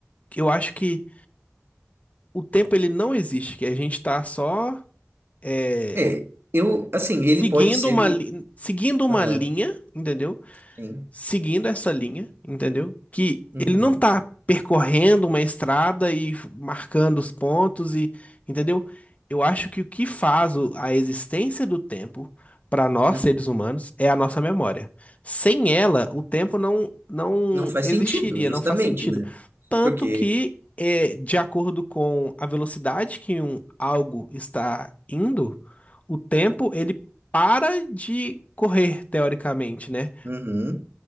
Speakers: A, on the left; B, on the right.
A: eu acho que o tempo ele não existe, que a gente tá só é,
B: É, eu, assim, ele
A: seguindo
B: pode ser.
A: uma, li- seguindo uma
B: Aham,
A: linha, entendeu?
B: sim.
A: seguindo essa linha, entendeu? Que
B: Uhum.
A: ele não tá percorrendo uma estrada e f- marcando os pontos e, entendeu? Eu acho que o que faz o- a existência do tempo para nós
B: Uhum.
A: seres humanos é a nossa memória. Sem ela, o tempo não não
B: Não faz
A: existiria,
B: sentido, justamente,
A: não faz sentido.
B: né?
A: Tanto
B: Porque.
A: que é, de acordo com a velocidade que um algo está indo, o tempo ele para de correr teoricamente, né?
B: Uhum.